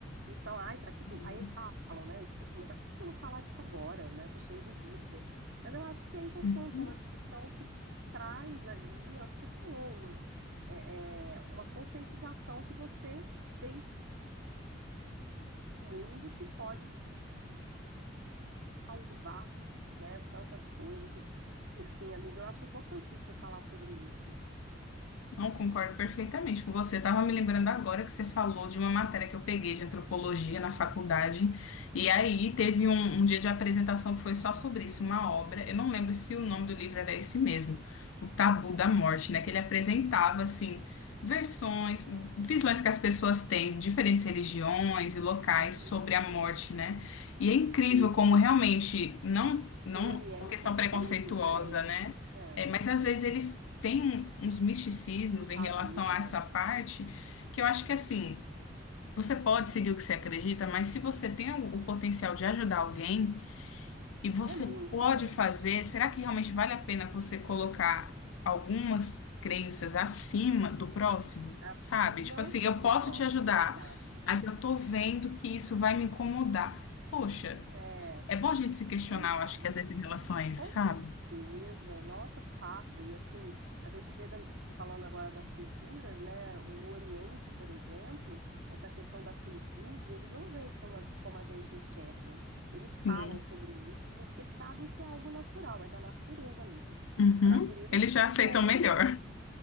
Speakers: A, on the right; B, on the left.
A: Então, ai, pra que que
B: Uhum.
A: eu... Aí falam, né? Eu escuto muito, "Ah, por que que eu vou falar disso agora, né? Tô cheia de vida. Mas eu acho que é importante,
B: Uhum.
A: é uma discussão que traz ali, é o que você falou, um- é, é, uma conscientização que você deixa no mundo que pode salvar, né, tantas coisas. Enfim, amiga, eu acho importantíssimo falar sobre isso.
B: Não concordo perfeitamente com você. Estava me lembrando agora que você falou de uma matéria que eu peguei de antropologia na faculdade. E aí teve um, um dia de apresentação que foi só sobre isso, uma obra. Eu não lembro se o nome do livro era esse mesmo, O Tabu da Morte, né? Que ele apresentava assim versões, visões que as pessoas têm de diferentes religiões e locais
A: Sim,
B: sobre a
A: sim.
B: morte, né? E é incrível
A: Sim,
B: como realmente não, não
A: no Oriente
B: uma questão
A: é totalmente
B: preconceituosa,
A: diferente.
B: né?
A: É,
B: É, mas às vezes eles tem uns misticismos
A: um
B: em
A: tabu,
B: relação a
A: é,
B: essa parte que eu acho que assim, você pode seguir o que você acredita, mas se você tem o o potencial de ajudar alguém e você
A: é muito
B: pode
A: bom.
B: fazer, será que realmente vale a pena você colocar algumas crenças acima do próximo?
A: Acima
B: Sabe? Tipo assim, eu
A: do
B: posso
A: próximo,
B: te ajudar,
A: exato.
B: mas eu tô vendo que isso vai me incomodar. Poxa,
A: É,
B: é bom a gente se questionar,
A: não dá,
B: eu acho
A: não
B: que às vezes
A: dá.
B: em relação a isso,
A: Com
B: sabe?
A: certeza, nossa, fato. E assim, a gente vê, da- você falando agora das culturas, né? o- No Oriente, por exemplo, essa questão da finitude, eles não veem como a, como a gente enxerga. Eles
B: Sim.
A: falam sobre isso porque sabem que é algo natural, é da natureza, amiga.
B: Uhum.
A: A natureza
B: Eles
A: se conforma,
B: já aceitam melhor.